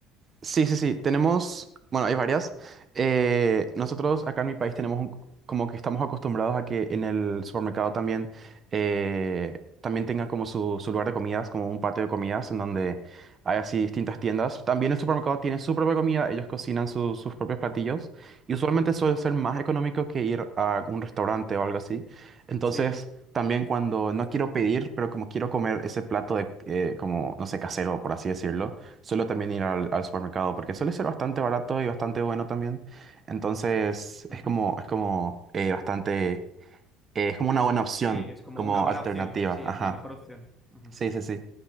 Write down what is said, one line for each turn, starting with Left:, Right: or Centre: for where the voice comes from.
Right: Sí, sí, sí. Tenemos, bueno, hay varias. Eh, nosotros acá en mi país tenemos un- como que estamos acostumbrados a que en el supermercado también, eh, también tenga como su, su lugar de comidas, como un patio de comidas en donde hay así distintas tiendas. También el supermercado tiene su propia comida, ellos cocinan su- sus propios platillos y
Centre: Ujú,
Right: usualmente suele ser más económico que ir a un restaurante o algo así. Entonces,
Centre: Sí,
Right: también cuando no quiero pedir, pero como quiero comer ese plato de, eh, como, no sé, casero, por así decirlo Suelo también ir al, al supermercado porque suele ser bastante barato y bastante bueno también. Entonces
Centre: ujú.
Right: es como, es como eh, bastante, eh, es como una buena opción,
Centre: Sí, es como
Right: como
Centre: una buena
Right: alternativa.
Centre: opción, sí,
Right: Ajá.
Centre: es la mejor opción. Ujú.
Right: Sí, sí, sí.